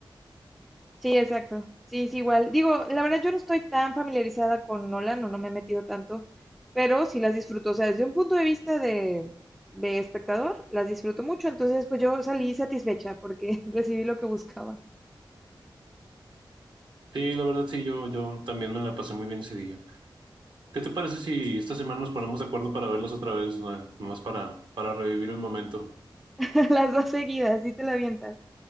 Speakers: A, in the centre; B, on the right.
A: Sí, exacto. Sí, es igual. Digo, la verdad yo no estoy tan familiarizada con Nolan, no, no me he metido tanto, pero sí las disfruto. O sea, desde un punto de vista de, de espectador, las disfruto mucho. Entonces, pues yo salí satisfecha porque <laughs> recibí lo que buscaba.
B: Sí, la verdad sí, yo, yo también me la pasé muy bien ese día. ¿Qué te parece si esta semana nos ponemos de acuerdo para verlos otra vez, no Nomás para, para revivir el momento.
A: <laughs> Las dos seguidas, sí te la avientas.